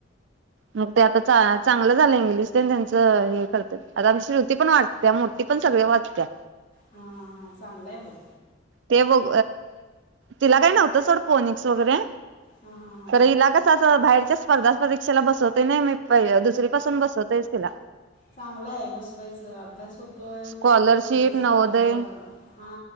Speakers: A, on the right; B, on the left.
A: मग ते आता चांगलं झालंय, इंग्लिश ते त्यांचं हे करत... आता आमची श्रुती पण वाच - त्या मोठी पण सगळं वाचत्या
B: हा हा, हां, चांगलाय बघ.
A: ते बघ, तिला काय नव्हतं, सोड, फोनीक्स वगैरे,
B: हां हां हां
A: तर
B: हां
A: हिला कसं बाहेरच्या स्पर्धा परीक्षेला बसवतोय ना मी, दुसरीपासून बसवतोय मी तिला.
B: चांगलं आहे, बसवायचं. अभ्यास होतोय
A: स्कॉलरशिप
B: तेवढाच
A: नवोदय
B: जरासं हा